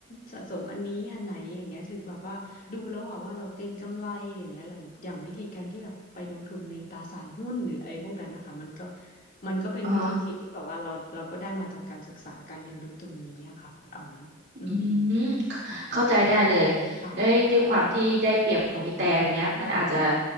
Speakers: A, on the left; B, on the right.
A: สะสมอันนี้อันไหนอย่างเงี้ยถึงแบบว่าดูแล้วอะว่าเราเก็งกำไรอย่างเงี้ยหลังอย่างวิธีการที่แบบไปลงทุนในตราสารหุ้นหรืออะไรพวกนั้นนะคะมันก็มันก็เป็นวิธีคิดที่แบบว่าเราเราก็ได้มาจากการศึกษาการเรียนรู้ตรงนี้อะค่ะอืมอืม
B: อ๋อ อืมเข้าเข้าใจได้เลย
A: ใช่ค่ะค่ะ
B: ได้ด้วยความที่ได้เปรียบของพี่แต่อย่างเงี้ยมันอาจจะ
A: ค่ะ